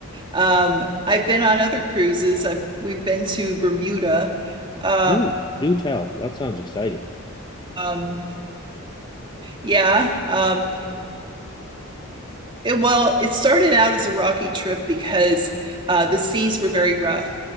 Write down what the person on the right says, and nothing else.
Um, I've been on other cruises. I've, we've been to Bermuda. Uh,
um, yeah, um, It, well, it started out as a rocky trip because uh, the seas were very rough